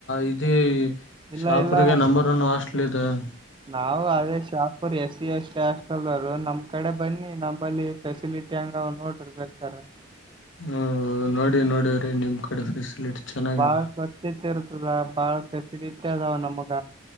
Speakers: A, on the left; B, on the right.
A: ಇದೀ
B: ಇಲ್ಲ
A: ಶಾಪುರ
B: ಇಲ್ಲ
A: ಗೆ ನಂಬರ್ ಒನ್ ಹಾಸ್ಟೆಲ್ <unintelligible>
B: ನಾವು ಅದೇ Shahapur S C S T hostel ನಮ್ ಕಡೆ ಬನ್ನಿ ನಂಬಲ್ಲಿ ಫೆಸಿಲಿಟಿ ಹಂಗ್ ನೋಡ್ರರ್ ಬೇಕಾರೆ
A: ಹ್ಮ್ ನೋಡಿ ನೋಡಿವ್ರೀ ನಿಮ್ಮ್ ಕಡೆ ಫೆಸಿಲಿಟಿ ಚೆನ್ನಾಗಿ
B: ಬಾಳ ಸ್ವಚ್ಛತೆ ಇರ್ತದ ಬಾಳ ಫೆಸಿಲಿಟಿ ಅದಾವ ನಮಗ